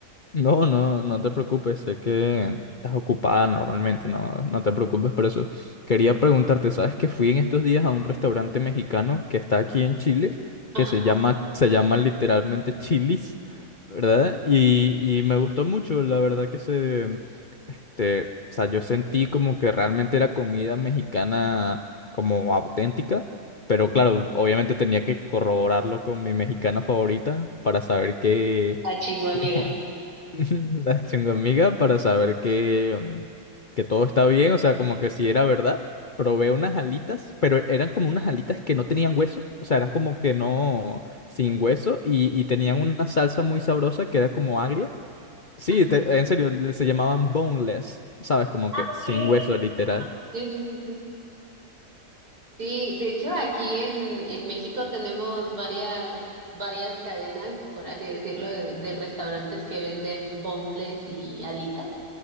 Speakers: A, on the left; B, on the right.
A: No, no, no te preocupes, sé que estás ocupada normalmente, no, no te preocupes por eso. Quería preguntarte, ¿sabes que fui en estos días a un restaurante mexicano que está aquí en Chile,
B: Ah,
A: que se llama, se llama literalmente Chili's, ¿verdad? Y, y me gustó mucho, la verdad que se, este, o sea, yo sentí como que realmente era comida mexicana como auténtica. Pero claro, obviamente tenía que corroborarlo con mi mexicana favorita para saber que,
B: ah, chingo, amiga.
A: que <laughs> <laughs> La chungomiga para saber que, mm, que todo está bien, o sea, como que si era verdad. Probé unas alitas, pero eran como unas alitas que no tenían hueso, o sea, eran como que no, sin hueso, y, y tenían una salsa muy sabrosa que era como agria. Sí,
B: Ah,
A: te- en serio, le- se llamaban boneless, ¿sabes? Como que
B: Ok,
A: sin
B: sí,
A: hueso, literal.
B: sí, sí, sí. Sí, de hecho aquí en, en México tenemos varias, varias cadenas, por así decirlo, de, de restaurantes que venden boneless y alitas.